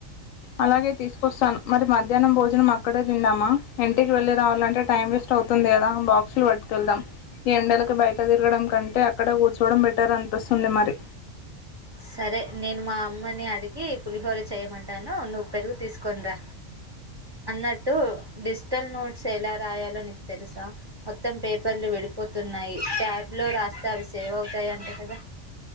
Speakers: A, on the left; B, on the right.
A: అలాగే తీసుకొస్తాను మరి మధ్యాహ్నం భోజనం అక్కడే తింమా ఇంటికి వెళ్ళలి రావాలంటే టైం వే అవుతుంది కదా బాక్సులు పట్టుకెళ్దాం ఈ ఎండలకి బయట తిరగడం కంటే అక్కడ కూర్చోవడం బెటర్ అనిపిస్తుంది మరి
B: సరే నేను మా అమ్మని అడిగి గి పులిహోర చేయమంటాను నువ్వు పెరుగు తీసుకోని రా అన్నట్టు డిజిటల్ నోట్స్ ఎలా రాయాలో నీకు తెలుసా మొత్తం పేపర్లు విడిపోతున్నాయి క్యాబ్ లో రాస్తే అవి సేవ్ అవుతాయి అంట కదా